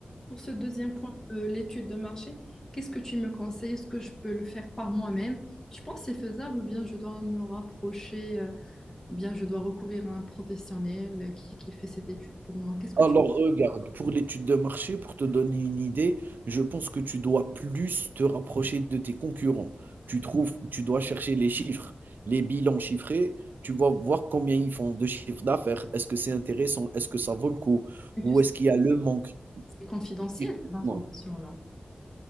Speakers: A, on the left; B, on the right.
A: pour ce deuxième point de l'étude de marché, qu'est-ce que tu me conseilles? Est-ce que je peux le faire par moi-même? Tu penses que c'est faisable ou bien je dois me rapprocher, euh, ou bien je dois recourir à un professionnel qui, qui fait cette étude pour moi? Qu'est-ce que
B: Alors
A: tu,
B: regarde, pour l'étude de marché, pour te donner une idée, je pense que tu dois plus te rapprocher de tes concurrents. Tu trouves, tu dois chercher les chiffres, les bilans chiffrés. Tu vas voir combien ils font de chiffre d'affaires. Est-ce que c'est intéressant? Est-ce que ça vaut le coup?
A: mais
B: Ou
A: tu sais,
B: est-ce qu'il y a le manque?
A: c'est confidentiel,
B: Écoute-moi.
A: ces informations-là.